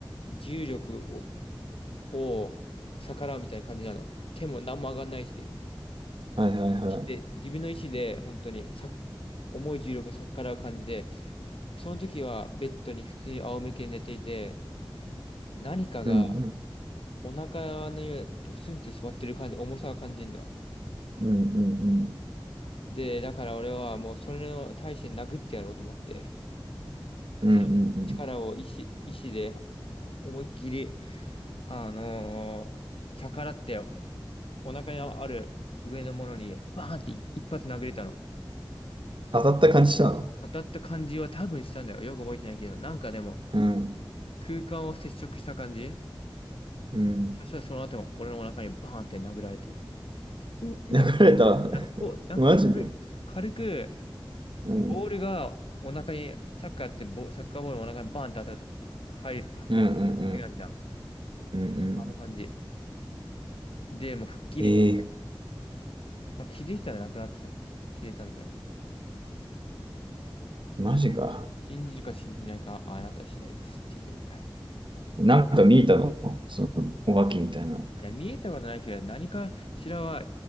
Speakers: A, on the left (about 80°); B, on the right (about 60°).
A: 重力を、を逆らうみたいな感じなの。手も何も上がんないし。
B: はいはいはい。
A: で、自分の意思で本当にさ、重い重力を逆らう感じで、その時はベッドに普通に仰向けに寝ていて、何かが
B: うんうん。
A: お腹の上にドスンって座ってる感じ、重さを感じるの。
B: うんうんうん。
A: で、だから俺はもうそれの対して殴ってやろうと思って。全力を意志、
B: うんうんうん。
A: 意志でお思いっきり、あのー逆らってお腹にある上のものにバーンって一一発殴れたの。
B: 当たった感じしたの
A: 当たった感じは多分したんだよ。よく覚えてないけど、なんかでも
B: うん。
A: 空間を接触した感じ
B: うん。
A: そしたらその後も俺のお腹にバーンって殴られて、うっみたいな。
B: 流れた。<laughs>
A: なんかこう、なんか軽い軽く
B: マジでうん。
A: ボールがお腹に、
B: うん
A: サッカーってボ、サッカーボールお腹にバーンって当たると、は入る、
B: うんうん。
A: 水がついてくるじゃん。
B: うんうん。
A: あの感じ。で、もう吹っ切り
B: ええ
A: まあ、気づいたらなくなってたね。消えたみたいな。
B: マジか。
A: 信じるか信じないかはあなた次第ですっていう。い
B: なんか見えたのその、お化けみたいな。
A: や、見えたことないけど、何かしらは